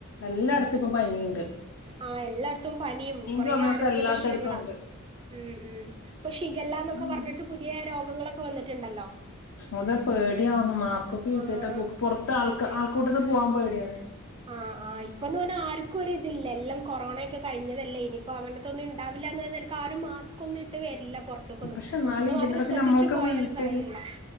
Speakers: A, on the left; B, on the right.
A: എല്ലായിടത്തും ഇപ്പൊ പനിയുണ്ട്
B: ആഹ് എല്ലായിടത്തും പനിയും കൊറേ
A: ചുമയൊക്കെ
B: ആരോഗ്യ
A: എല്ലാത്തടത്തും
B: പ്രശ്നങ്ങളാണ്
A: ഉണ്ട്
B: ഉം ഉം ഇപ്പോ ശിഖല്ലന്നൊക്കെ
A: ഉം
B: പറഞ്ഞിട്ട് പുതിയ രോ മുഖങ്ങളൊക്കെ വന്നിട്ടുണ്ടല്ലോ
A: അത പേടിയാവുന്നു മാസ്കൊക്കെ യൂസ്
B: ആഹ്
A: ചെയ്ട്ട പുറത്ത് ആൾ
B: അതെ
A: ആൾക്കൂട്ട പോകാൻ പേടി ടിയാണ്
B: ആഹ് ആഹ് ഇപ്പൊ എന്ന് പറഞ്ഞാ ആർക്കും ഒരി ഇതില്ല എല്ലാം കൊറോണയൊക്കെ കഴിഞ്ഞതല്ലേ ഇനിയിപ്പോ അങ്ങനത്തെൊന്നും ഇണ്ടാവില്ല എക്കക്ക് ആരും മാസ്ക് ഒന്നും ഇട്ട് വരില്ല പുറത്തേക്കൊന്നും
A: പക്ഷെ എന്നാലും
B: നമ്മള്
A: ഇതിന്റെടക്ക്
B: മാത്രം ശ്രദ്ധിച്ചു
A: നമ്മക്ക്
B: പോയാലും
A: വീട്ടില്
B: കാര്യല്ല